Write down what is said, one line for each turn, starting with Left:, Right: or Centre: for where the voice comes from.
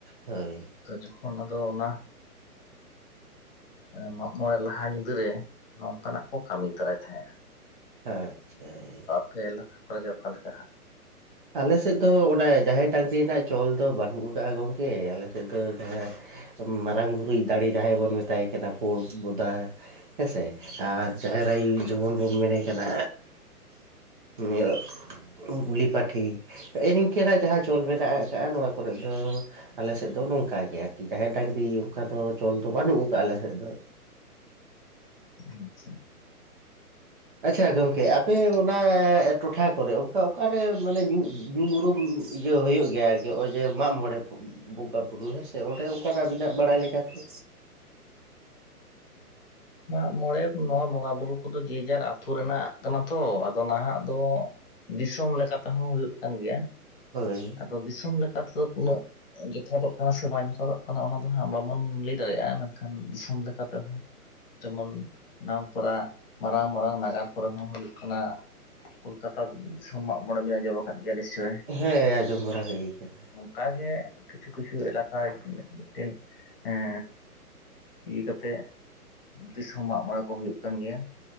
Right: ᱦᱳᱭ᱾
Left: ᱛᱚ ᱡᱚᱠᱷᱚᱱ ᱟᱫᱚ ᱚᱱᱟ ᱮᱸ ᱢᱟᱜ ᱢᱚᱬᱮ ᱞᱟᱦᱟ ᱧᱤᱫᱟᱹ ᱨᱮ, ᱱᱚᱝᱠᱟᱱᱟᱜ ᱠᱚ ᱠᱟᱹᱢᱤ ᱛᱚᱨᱟᱭ ᱛᱟᱦᱮᱸᱜᱼᱟ᱾
Right: ᱟᱪᱪᱷᱟ ᱮᱭ᱾
Left: ᱯᱮ ᱮᱞᱟᱠᱟ ᱠᱚᱨᱮᱜᱮ ᱚᱠᱟ ᱞᱮᱠᱟ ᱦᱟᱸᱜ?
Right: ᱟᱞᱮ ᱥᱮᱫ ᱫᱚ ᱚᱱᱟ ᱡᱟᱦᱮᱨ ᱰᱟᱝᱨᱤ ᱨᱮᱱᱟᱜ ᱪᱚᱞ ᱫᱚ ᱵᱟᱹᱱᱩᱜ ᱟᱠᱟᱜ-ᱟ ᱜᱚᱝᱠᱮ, ᱟᱞᱮ ᱥᱮᱫ ᱫᱚ ᱡᱟᱦᱟᱸ ᱢᱟᱨᱟᱝ ᱜᱩᱨᱩᱭᱤᱡ ᱫᱟᱲᱮ ᱡᱟᱦᱟᱸᱭ ᱵᱚᱱ ᱢᱮᱛᱟᱭ ᱠᱟᱱᱟ ᱯᱩᱲ ᱵᱚᱫᱟ᱾ ᱦᱮᱸᱥᱮ, ᱟᱨ ᱡᱟᱦᱮᱨ ᱟᱭᱩ ᱡᱮᱢᱚᱱ ᱵᱚᱱ ᱧᱮᱞᱮ ᱠᱟᱱᱟ᱾ ᱤᱭᱟᱹ ᱜᱩᱞᱤ ᱯᱟᱴ, ᱴᱷᱤ, ᱦᱮᱸᱜ-ᱮ ᱱᱤᱝᱠᱟᱹᱱᱟᱜ ᱡᱟᱦᱟᱸ ᱪᱚᱞ ᱢᱮᱱᱟᱜ ᱟᱠᱟᱜ-ᱟ, ᱱᱚᱣᱟ ᱠᱚᱨᱮᱮᱫ ᱫᱚ ᱟᱞᱮᱥᱮᱫ ᱫᱚ ᱱᱚᱝᱠᱟᱜᱮ ᱟᱨᱠᱤ, ᱡᱟᱦᱮᱨ ᱰᱟᱝᱨᱤ ᱚᱝᱠᱟ ᱫᱚ ᱪᱚᱞ ᱫᱚ ᱵᱟᱹᱱᱩᱜ ᱟᱠᱟᱜ-ᱟ ᱟᱞᱮ ᱥᱮᱫ ᱫᱚ᱾ <unintelligible>
Left: ᱟᱪᱪᱷᱟ᱾
Right: ᱟᱪᱪᱷᱟ ᱜᱚᱝᱠᱮ, ᱟᱯᱮ ᱚᱱᱟ ᱴᱚᱴᱷᱟ ᱠᱚᱨᱮ ᱚᱝᱠᱟ ᱚᱠᱟᱨᱮ ᱢᱟᱱᱮ ᱧᱩ ᱧᱩᱢ ᱩᱨᱩᱢ ᱤᱭᱟᱹ ᱦᱩᱭᱩᱜ ᱜᱮᱭᱟ ᱟᱨᱠᱤ ᱦᱚᱸᱜ-ᱚᱭ ᱡᱮ ᱢᱟᱜ ᱢᱚᱬᱮ? ᱵᱚᱸᱜᱟᱼᱵᱩᱨᱩ ᱦᱮᱸ ᱥᱮ, ᱚᱸᱰᱮ ᱚᱝᱠᱟᱱᱟᱜ ᱟᱹᱵᱤᱱᱟᱜ ᱵᱟᱲᱟᱭ ᱞᱮᱠᱟᱛᱮ?
Left: ᱢᱟᱜᱢᱚᱬᱮ ᱱᱚᱣᱟ ᱵᱚᱸᱜᱟ ᱵᱩᱨᱩ ᱠᱚᱫᱚ ᱡᱮᱡᱟᱨ ᱟᱛᱩ ᱨᱮᱱᱟᱜ ᱠᱟᱱᱟ ᱛᱚ, ᱟᱫᱚ ᱱᱟᱦᱟᱜ ᱫᱚ ᱫᱤᱥᱚᱢ ᱞᱮᱠᱟ ᱛᱮᱦᱚᱸ ᱦᱩᱭᱩᱜ ᱠᱟᱱ ᱜᱮᱭᱟ,
Right: ᱦᱳᱭ
Left: ᱟᱫᱚ ᱫᱤᱥᱚᱢ ᱞᱮᱠᱟ ᱛᱮᱫᱚ ᱩᱱᱟᱹᱜ ᱡᱚᱛᱷᱟᱛᱚᱜ ᱠᱟᱱᱟ, ᱥᱮ ᱵᱟᱝ ᱡᱚᱛᱷᱟᱛᱚᱜ ᱠᱟᱱᱟ, ᱚᱱᱟ ᱫᱚ ᱦᱟᱸᱜ ᱵᱟᱵᱚᱱ ᱞᱟᱹᱭ ᱫᱟᱲᱮᱭᱟᱜ-ᱟ ᱢᱮᱱᱠᱷᱟᱱ ᱫᱤᱥᱚᱢ ᱞᱮᱠᱟᱛᱮᱦᱚᱸ ᱡᱮᱢᱚᱱᱢ ᱱᱟᱢᱠᱚᱨᱟ ᱢᱟᱨᱟᱝ ᱢᱟᱨᱟᱝ ᱱᱟᱜᱟᱨ ᱠᱚᱨᱮ ᱦᱚᱸ ᱦᱩᱭᱩᱜ ᱠᱟᱱᱟ᱾ ᱠᱳᱞᱠᱟᱛᱟ ᱫᱤᱥᱚᱢ ᱢᱟᱜ ᱢᱚᱬᱮ ᱵᱤᱱ ᱟᱸᱡᱚᱢ ᱟᱠᱟᱫ ᱜᱮᱭᱟ ᱱᱤᱥᱪᱳᱭ?
Right: ᱦᱮᱸ ᱟᱸᱡᱚᱢ ᱵᱟᱲᱟ ᱦᱩᱭ ᱠᱟᱱᱟ᱾
Left: ᱚᱝᱠᱟ ᱜᱮ ᱠᱤᱪᱷᱩ ᱠᱤᱪᱷᱩ ᱮᱞᱟᱠᱟ ᱢᱤᱫᱴᱤᱱ ᱮᱸ ᱤᱭᱟᱹ ᱠᱟᱛᱮᱜ ᱫᱤᱥᱚᱢ ᱢᱟᱜ ᱢᱚᱬᱮ ᱠᱚ ᱦᱩᱭᱩᱜ ᱠᱟᱱ ᱜᱮᱭᱟ᱾